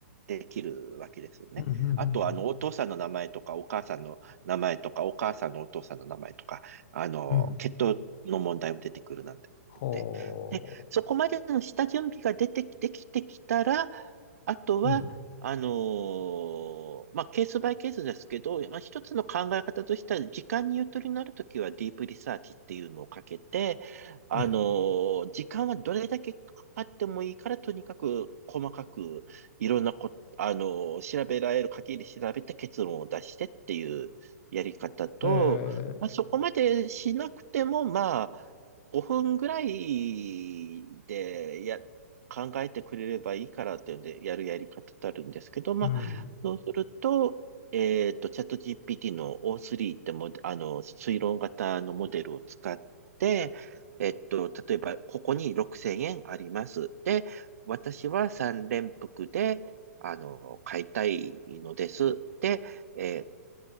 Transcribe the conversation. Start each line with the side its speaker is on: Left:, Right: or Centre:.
Right: できるわけですよね。
Left: うん。うん。うん。
Right: あと、あの、お父さんの名前とか、お母さんの名前とか、お母さんのお父さんの名前とか、あの、
Left: うん。
Right: 血統の問題も出てくるなんて。
Left: ほう。
Right: で、で、そこまでの下準備が出てき、できてきたら、あとは、
Left: うん。
Right: あのーまあ、ケースバイケースですけど、まあ、一つの考え方としては、時間にゆとりのあるときはディープリサーチっていうのをかけて、あのー時間はどれだけかかってもいいから、
Left: え
Right: とにかく細かくいろんなこあの、調べられる限り調べて結論を出してっていうやり方と、
Left: え。え
Right: まあ、
Left: え。
Right: そこまでしなくても、まあ、5分ぐらいでや、考えてくれればいいからっていうんで、やるやり方ってあるんですけど、まあ、
Left: うん。
Right: そうすると、えっと、チャット GPT の O3 っても、あの、推論型のモデルを使って、えっと、例えば、ここに6000円あります。で、私は3連複で、あの、買いたいのです。で、えー